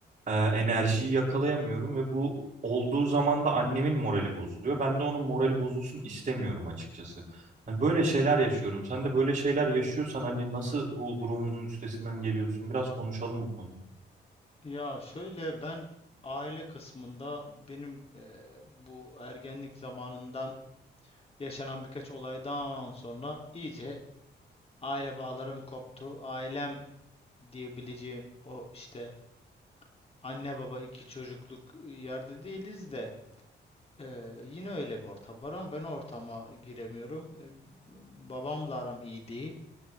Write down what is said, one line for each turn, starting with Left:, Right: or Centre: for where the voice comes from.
Right: e, enerjiyi yakalayamıyorum ve bu olduğu zaman da annemin morali bozuluyor. Ben de onun morali bozulsun istemiyorum açıkçası. Hani böyle şeyler yaşıyorum. Sen de böyle şeyler yaşıyorsan hani nasıl bu durumun üstesinden geliyorsun? Biraz konuşalım bu konuyu.
Left: Ya şöyle ben aile kısmında benim eee, bu ergenlik zamanından yaşanan birkaç olaydan sonra iyice aile bağlarım koptu. Ailem diyebileceğim o işte anne baba iki çocukluk yerde değiliz de eee, yine öyle bir ortam var ama ben o ortama giremiyorum. E, babamla aram iyi değil.